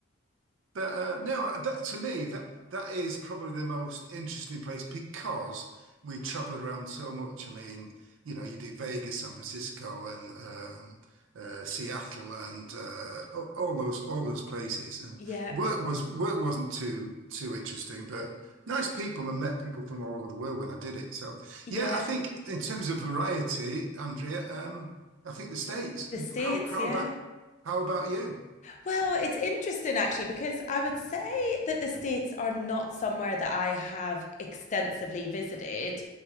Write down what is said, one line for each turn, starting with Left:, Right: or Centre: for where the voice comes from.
Right: But uh, no, uh, that, to me, that that is probably the most interesting place because we traveled around so much. I mean, you know, you do Vegas, San Francisco, and um, uh, Seattle, and uh, a- all those all those places. And
Left: Yeah.
Right: work was work wasn't too too interesting, but nice people and met people from all over the world when I did it. So
Left: Yeah.
Right: yeah, I think in terms of variety, Andrea, um, I think the States.
Left: The States,
Right: How how
Left: yeah.
Right: about how about you?
Left: Well, it's interesting actually because I would say that the States are not somewhere that I have extensively visited,